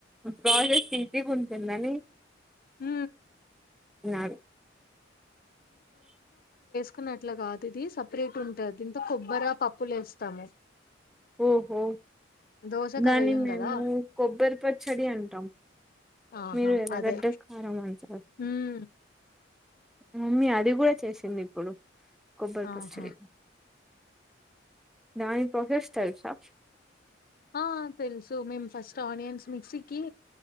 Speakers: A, in the centre; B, on the left.
A: ప్రాజెక్ట్ ఈజీ ఉంటుందని
B: ఉ
A: నాడు
B: కొన్ని అట్లా కాదు ఇది సపరేట్ ఉంటుంది దీంతో కొబ్బరి పప్పులు వేస్తాము
A: ఓహో
B: దోశకు
A: దాని
B: అవి వేయం
A: మేము
B: కదా
A: కొబ్బరి పచ్చడి అంటాం
B: ఆహా
A: మీరు ఎర్రగడ్డ
B: అదే
A: కారం అంటారు
B: ఉమ్
A: మమ్మీ అది కూడా చేసింది ఇప్పుడు కొబ్బరి
B: ఆహా
A: పచ్చడి దాని ప్రసెస్ తెలుసా
B: ఆ తెలుసు మేము ఫస్ట్ ఆనియన్స్ మిక్సీకి